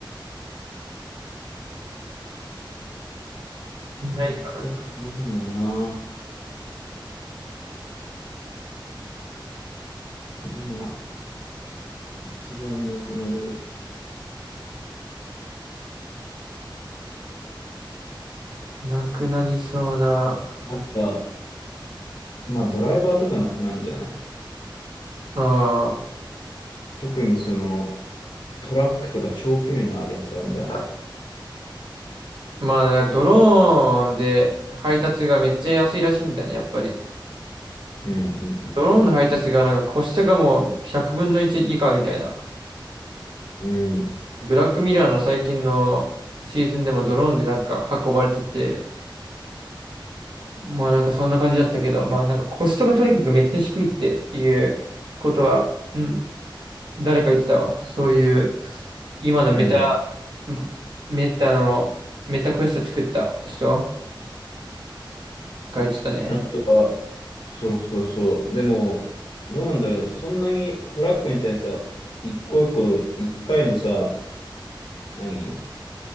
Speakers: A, on the right; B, on the left.
A: ないですかなんか、
B: うん。当たり前だもんな。今、一番なくなる。
A: なくなりそうな、
B: なんか、まあドライバーとかなくなるんじゃない
A: ああ、
B: 特にその、トラックとか長距離のやつあるんじゃない
A: まあ、だからドローンで配達がめっちゃ安いらしいんだね、やっぱり。
B: うんうん
A: ドローンの配達がなんかコストがもう100分の1以下みたいな。
B: うん。
A: ブラックミラーの最近のシーズンでもドローンでなんか運ばれてて、まあなんかそんな感じだったけど、まあなんかコストがとにかくめっちゃ低いっていうことは、うん、誰か言ってたわ。そういう、今のメタ、
B: うん。ね。
A: メタの、メタクエスト作った人が言ってたね。
B: あとは、そうそうそう。でも、どうなんだろう。そんなにトラックみたいにさ、一個一個、一回のさ、何、